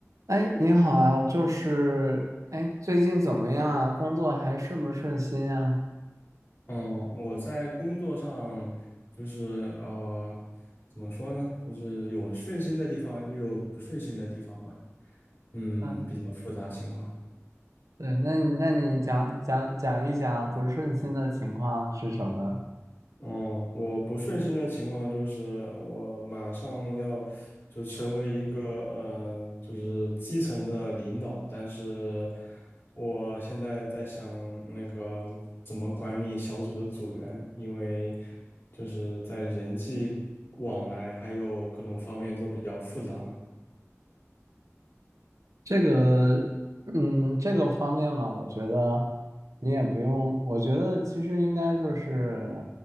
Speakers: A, on the right (about 85°); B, on the left (about 45°).
A: 哎，你好啊，我就是，哎，最近怎么样啊？工作还顺不顺心啊？
B: 嗯，我在工作上就是呃，怎么说呢？就是有顺心的地方，也有不顺心的地方吧。嗯，
A: 嗯，
B: 比较复杂情况。
A: 对，那你那你讲讲讲一讲不顺心的情况是什么？
B: 哦，我不顺心的情况就是我马上要就成为一个呃，就是基层的领导，但是我现在在想那个怎么管理小组的组员，因为就是在人际往来还有各种方面都比较复杂嘛。
A: 这个，嗯，这个方面嘛，我觉得你也不用，我觉得其实应该就是